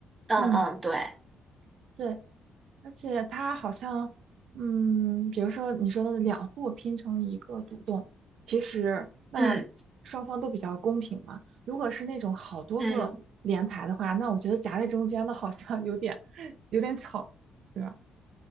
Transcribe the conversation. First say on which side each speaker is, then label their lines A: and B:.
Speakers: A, on the right (about 20°); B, on the right (about 70°).
A: 嗯嗯，
B: 嗯，
A: 对，
B: 对，而且它好像，嗯，比如说你说的两户拼成一个独栋，其实那双方都比较公平嘛。
A: 嗯
B: 如果是那种好多个连排的话，
A: 嗯，
B: 那我觉得夹在中间的好像有点 <laughs> 有点吵，对吧？